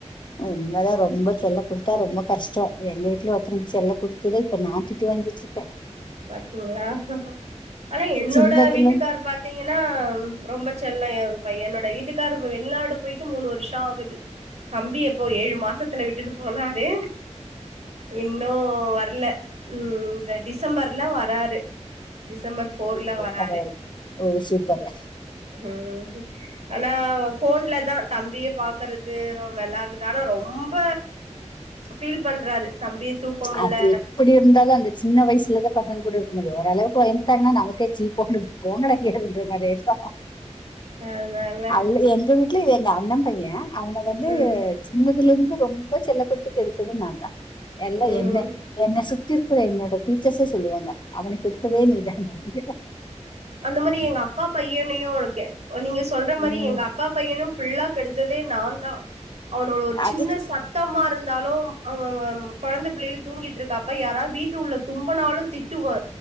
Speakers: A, on the left; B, on the right.
A: உண்மதா ரொம்ப செல்ல குடுத்தா ரொம்ப கஷ்டோ எங்க வீட்லயு ஒருத்தவுங்களுக்கு செல்ல குடுத் தது இப்ப நா திட்டு வாங்கிட்ருக்க
B: பாத்தீங்களா ஆனா என்னோட
A: சின்னதுல
B: வீட்டுக்கார் பாத் தீங்கின்னா ரொம்ப செல்லோ எ பையனோட வீட்டுக்காரு இப்ப வெளிநாடு போயிட்டு மூணு வருஷோ ஆகுது தம்பி எப்போ ஏழு மாசத் துல விட்டுட்டு போனாரு இன்னு வரல ம் இந்த டிஸ் டிசம்பர்ல வராரு டிசம்பர் ஃபோர்ல
A: ஓகே
B: வராரு
A: பரவால்ல ல ஓ சூப்பரு
B: ம் ஆனா ஃபோன்ல தா தம்பிய பாக்கறது வெளாறது ஆனா ரொம்ப ஃபீல் பண்றாரு தம்பிய தூக்க முல்ல
A: அது எப்படி இருந்தாலு அந்த சின்ன வயசுலதா பசங்க கூட இருக்க முடியு ஓரளவுக்கு வலந்து ட்டாங்கன்னா நமக்கே ச்சீ போனு போங்கடா எங்கயாதுன்ற மாரிஆய்டு
B: அதனால
A: அவ்வுரு எங்க வீட்ல எங்க அண்ண பைய அவன வந்து
B: ம்
A: சின்னதுல இருந்து ரொம்ப செல்ல குடுத்து கெடுத்தது நா எல்லா
B: ம்
A: என்ன என்ன சுத்தி இருக்குற என்னோட டீச்சர்ஸே சொல்லுவாங்க அவனக் கெடுத்ததே
B: ம்
A: நீதான்னுவாங்க
B: அந்த மாரி எங்க அக்கா பையனயு இருக்க நீங்க சொல்ற மாரி
A: ம்
B: எங்க அக் அக்கா பையனு ஃபுல்லா கெடுத்ததே நா தா அவனோட ஒரு
A: அதுதான்
B: சின்ன சத் தமா இருந்தாலு அவ கொழந்த பிள்ளைல தூங்கிட்டு இருக்காப்ப யாரா வீட்டு உள்ள தும்பனாலு திட்டுவ